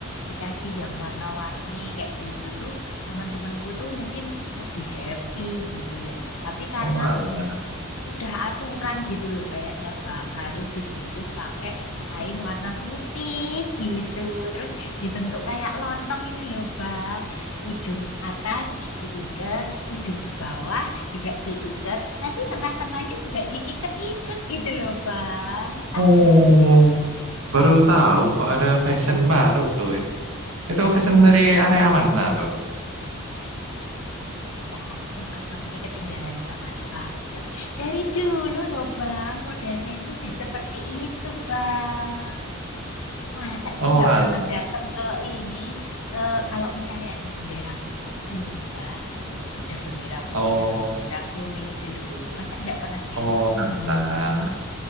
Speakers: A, on the left; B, on the right.
A: dikasih yang warna-warni kayak gitu tuh, teman-temanku tuh mungkin lebih happy gitu ya. Tapi karena
B: Oh alah.
A: udah aturan gitu loh kayaknya Bang harus dibungkus pakai kain warna putih gitu terus dibentuk kayak lontong itu loh Bang ujung atas diikat ujung bawah juga diikat nanti tengah-tengahnya juga diikat-ikat gitu loh Bang tahu
B: Oh.
A: nggak
B: Baru tahu kok ada fashion baru tuh ya. Itu fashion dari area mana tuh?
A: ih ya ampun Abang ini ketinggalan zaman banget dari dulu loh Bang modelnya itu udah seperti itu Bang Masa
B: Oh
A: sih nggak
B: alah.
A: pernah datang ke ini ke kalau misalnya ada bendera putih itu loh Bang. Ada bendera putih
B: Oh,
A: atau bendera kuning itu loh. Masa nggak pernah datang?
B: oh alah.